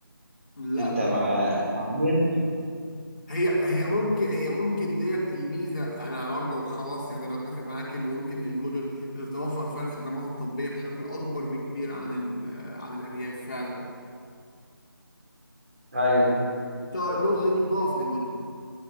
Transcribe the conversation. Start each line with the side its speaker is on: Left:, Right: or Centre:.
Left: لا
Right: انت ما معايا
Left: هي هي ممكن هي ممكن ديت الميزه انا برضو خلاص يعني انا اتفق معاك ان ممكن المدن بتتوفر فيها الخدمات الطبيه بشكل اكبر بكبير عن ال... عن الارياف فعلا
Right: ايوه
Left: طيب النقطه دي تضاف للمونيمنت